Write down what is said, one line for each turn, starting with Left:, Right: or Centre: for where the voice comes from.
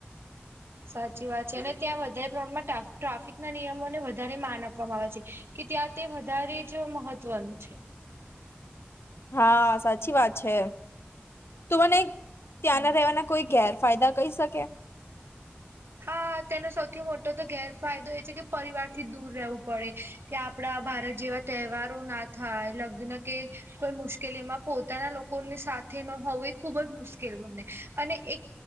Right: <inaudible> સાચી વાત છે અને ત્યાં વધારે પ્રમાણમાં ટ્રા ટ્રાફિક ના નિયમોને વધારે માન આપવામાં આવે છે. કે ત્યાં તે વધારે જો મહત્વનું છે.
Left: હા સાચી વાત છે. તું મને ત્યાંના
Right: હા.
Left: રહેવાના કોઈ ગેરફાયદા કહી શકે?
Right: હા તેનો સૌથી મોટો તો ગેરફાયદો એ છે કે પરિવાર થી દૂર રહેવું પડે. કે આપડા ભારત જેવા તહેવારો ના થાય લગ્ન કે કોઈ મુશ્કેલીમાં પોતાના લોક લોકો ને સાથે ન હોવું એ ખૂબ જ મુશ્કેલ બને અને એક